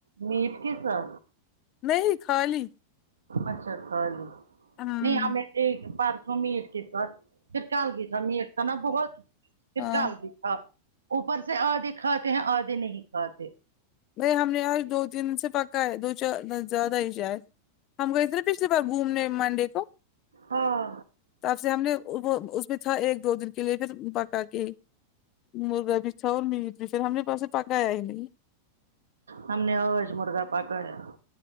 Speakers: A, on the right; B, on the left.
A: میٹ کیسر
B: نہیں خالی
A: اچھا چالے
B: ہمم
A: نہیں ہمیں پارسو میں ایک کے سات پھر کال بھی تھا میں ایک تھا ناں بہت فر
B: ہاں
A: کال بھی تھا اوپر سے آدھے کھاتے ہیں آدھے نہیں کھاتے
B: نہیں ہم نے آج دو تین سے پکا ہے دو چار زیادہ ہی جائے ہم گئے تھے پچھلی بار گھومنے منڈے کو
A: ہاں
B: تب سے ہم نے اس میں ایک دو دن کے لیے پھر پکا کے مرغا بھیچھا اور میٹ بھیچھر ہم نے اوپر سے پکایا ہی نہیں
A: ہم نے آج مرغا پکایا